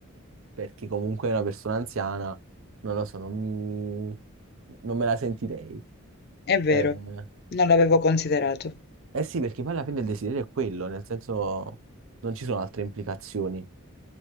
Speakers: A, on the right; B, on the left.
A: perché comunque è una persona anziana, non lo so, non mi... non me la sentirei.
B: È vero,
A: Eh,
B: non l'avevo considerato.
A: eh sì, perché poi alla fine il desiderio è quello, nel senso non ci sono altre implicazioni.